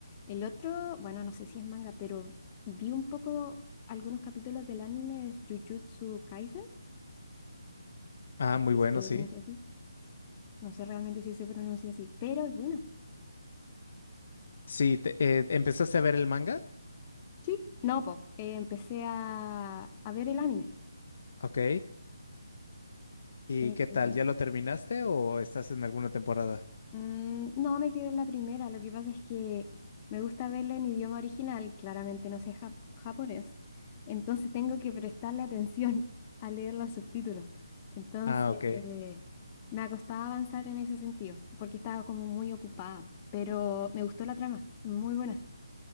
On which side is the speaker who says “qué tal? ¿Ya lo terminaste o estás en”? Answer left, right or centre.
Left